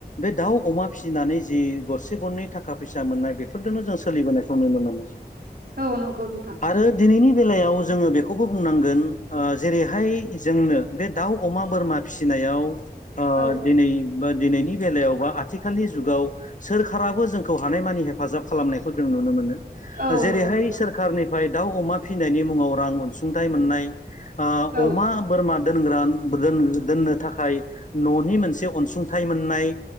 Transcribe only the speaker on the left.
बे दाउ अमा फिनानै जि गरसे गरनै थाखा फैसा मोननाय बेफोरजोंनो जों सोलिबोनायखौ नुनो मोनो।
आरो दिनैनि बेलायाव जोङो बेखौबो बुंनांगोन ओ जेरैहाय जोंनो बे दाउ अमा बोरमा फिसिनायाव ओ
दिनै बा दिनैनि बेलायाव बा आथिखालनि जुगाव सोरखाराबो जोंखौ हानायमानि हेफाजाब खालामनायखौ जों नुनो मोनो।
जेरैहाय
सोरखारनिफ्राय दाउ अमा फिनायनि मुङाव रां अनसुंथाइ मोननाय ओ
अमा बोरमा दोनग्रा दोन दोननो थाखाय न'नि मोनसे अनसुंथाइ मोननाय